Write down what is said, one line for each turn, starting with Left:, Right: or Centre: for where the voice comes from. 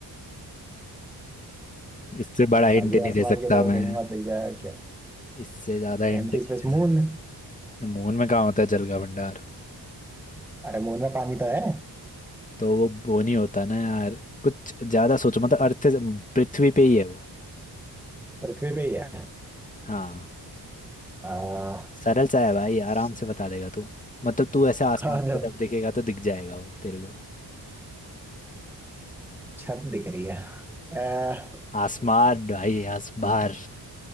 Left: इससे बड़ा हिंट
Centre: आगे
Left: नहीं
Centre: आसमान
Left: दे सकता
Centre: की तरफ
Left: मैं
Centre: देखूंगा दिख जाएगा
Left: इससे ज्यादा हिंट
Centre: Empty
Left: नहीं
Centre: space
Left: दे सकता
Centre: moon
Left: मून में कहाँ होता है जल का भंडार
Centre: अरे मून में पानी तो है
Left: तो वो वो नहीं होता ना यार कुछ ज्यादा सोचो मतलब अर्थ से- पृथ्वी पे ही है वो
Centre: पृथ्वी पे ही है
Left: हाँ
Centre: आ,
Left: सरल सा है भाई आराम
Centre: आ,
Left: से बता देगा तू मतलब तू ऐसे आसमान
Centre: जो
Left: की तरफ देखेगा तो दिख जाएगा वो तेरे को
Centre: छत दिख रही है आ,
Left: आसमान भाई आसबार